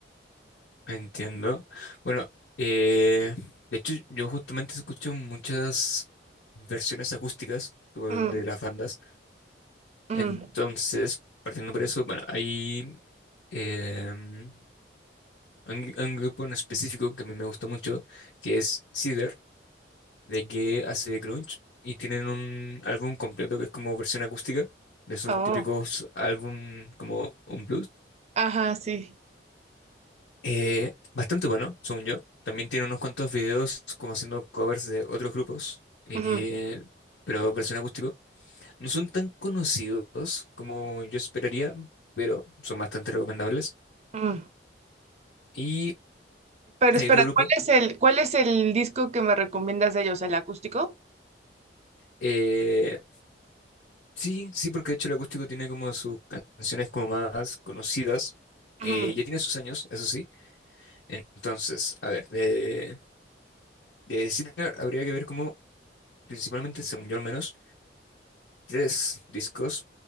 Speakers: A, on the left; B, on the right.
A: Entiendo. Bueno, eh, de hecho, yo justamente escucho muchas versiones acústicas como
B: Mm,
A: de las bandas.
B: mm,
A: Entonces, partiendo por eso, bueno, hay em, un, un grupo en específico que a mí me gusta mucho, que es Cider. de que hace de grunge y tienen un álbum completo que es como versión acústica de esos
B: Oh,
A: típicos álbum como un blues.
B: ajá, sí.
A: Eh, bastante bueno, según yo. También tiene unos cuantos videos como haciendo covers de otros grupos, eh,
B: Ujú,
A: pero versión acústico. No son tan conocidos como yo esperaría, pero son bastante recomendables.
B: mm.
A: Y
B: Pero
A: hay
B: espera,
A: otro grupo.
B: ¿cuál es el, cuál es el disco que me recomiendas de ellos? ¿El acústico?
A: eh, sí, sí, porque de hecho el acústico tiene como sus canciones como más conocidas.
B: Ujú,
A: eh, ya tiene sus años, eso sí Entonces, a ver, de, de Sinner habría que ver como, principalmente, según yo al menos, tres discos,